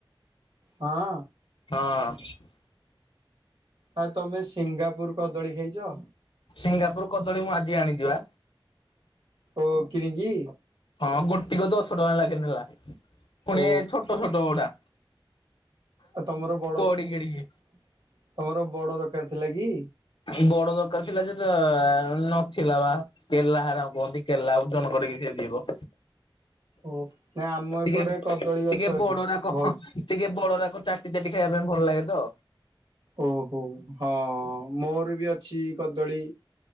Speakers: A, on the right (about 70°); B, on the left (about 65°).
A: ହଁ।
B: ହଁ।
A: ହଁ ତମେ ସିଙ୍ଗାପୁର କଦଳୀ ଖାଇଛ।
B: ସିଙ୍ଗାପୁର କଦଳୀ ମୁଁ ଆଜିି ଆଣିଯିବା।
A: ଓ କିଣିଙ୍ଗି।
B: ହଁ ଗୋଟିକ ଦଶ ଟଙ୍କା ଲାଗି ନେଲା ପୁଣି
A: ଓ
B: ଛୋଟ ଛୋଟ ଗୋଟା।
A: ଆଉ ତମର ବଡ଼
B: ଗଡିକି
A: ତମର
B: ଗଡିକି
A: ବଡ଼ ଦରକାର ଥିଲା କି।
B: ଏଇ ବଡ଼ ଦରକାର ଥିଲା ଯେ ଯ, ଆ ନଥିଲା ବା କେଲା ହାର କୁହନ୍ତି କେଲା ଓଜନ କରିକି ସେ ଯିବ।
A: ଓ ନାଇ ଆମ ଏପଟେ
B: ଟିକେ
A: କଦଳୀ ଗଛ
B: ଟିକେ
A: ଅଛି
B: ବଡରାକ
A: ବହୁତ୍।
B: ଟିକେ ବଡ଼ରାକ ଚାଟି ଚାଟି ଖାଇବା ପାଇଁ ଭଲ ଲାଗେ ତ।
A: ଓହୋ ହଁ ମୋର ବି ଅଛି କଦଳୀ।